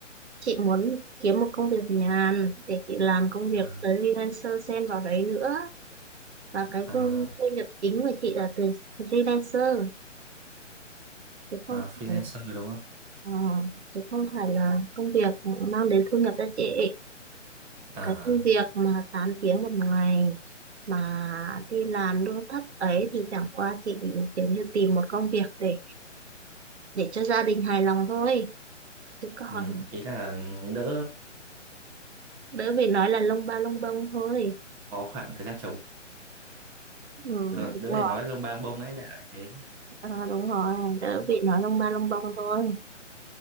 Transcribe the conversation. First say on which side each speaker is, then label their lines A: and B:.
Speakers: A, on the right; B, in the centre.
A: chị muốn kiếm một công việc nhàn để chị làm công việc
B: à,
A: freelancer xen vào đấy nữa. Và cái
B: à,
A: thu thu nhập chính của chị là từ freelancer, chứ không
B: à, freelancer
A: phải
B: đúng không
A: ờ, chứ không phải là công việc mang đến thu nhập cho chị.
B: à,
A: Cái công việc mà 8 tiếng một ngày mà đi làm lương thấp ấy thì chẳng qua chị kiểu như tìm một công việc để để cho gia đình hài lòng thôi. Chứ còn
B: ừ, ý là đỡ
A: đỡ phải nói là lông ba lông bông thôi.
B: có khoảng thời gian trống
A: Ừ,
B: Ờ,
A: đúng
B: đỡ để nói lông bang bông ấy đại loại thế
A: Ờ, đúng rồi,
B: Đấy.
A: đỡ bị nói lông ba lông bông thôi.